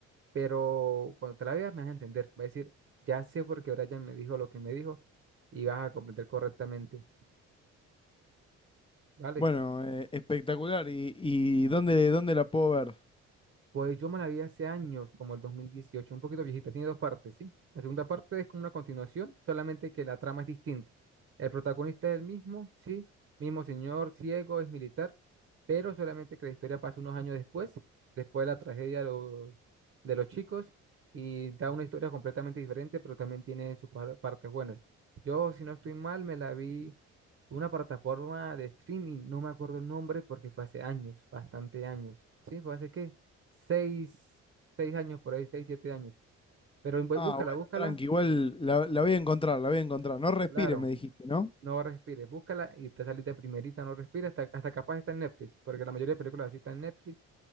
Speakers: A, on the right; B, on the left.
A: pero cuando te la veas me vas a entender, va a decir, ya sé por qué Brian me dijo lo que me dijo y vas a comprender correctamente, ¿vale?
B: Bueno, eh, espectacular. ¿Y, y dónde, dónde la puedo ver?
A: Pues yo me la vi hace años, como el 2018 un poquito viejita, tiene dos partes, ¿sí? La segunda parte es como una continuación, solamente que la trama es distinta. El protagonista es el mismo, sí, mismo señor ciego, es militar, pero solamente que la historia pasa unos años después, después de la tragedia de los, de los chicos, y da una historia completamente diferente, pero también tiene sus par- partes buenas. Yo, si no estoy mal, me la vi en una plataforma de streaming, no me acuerdo el nombre porque fue hace años, bastante años, ¿sí? Fue hace qué seis, seis años por ahí, seis, siete años. Pero bu-
B: Ah,
A: búscala,
B: bueno,
A: búscala,
B: tranqui, igual la, la voy a encontrar, la voy a encontrar. No respires,
A: claro,
B: me dijiste, ¿no?
A: no respires, búscala y te salís de primerita, no respires, hasta, hasta capaz está en Netflix, porque la mayoría de películas así están en Netflix